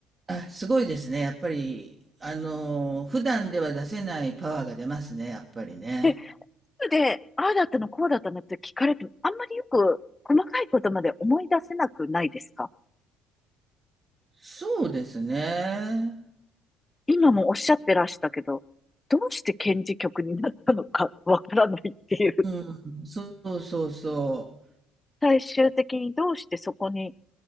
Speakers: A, on the right; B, on the left.
A: あ、すごいですね。やっぱり、あの、普段では出せないパワーが出ますね、やっぱりね。
B: で、で、ああだったの、こうだったのって聞かれても、あんまりよく細かいことまで思い出せなくないですか
A: そうですね。
B: 今もおっしゃってらしたけど、どうして検事局になったのかわからないっていう。
A: うん、そうそうそ
B: 最終的にどうしてそこに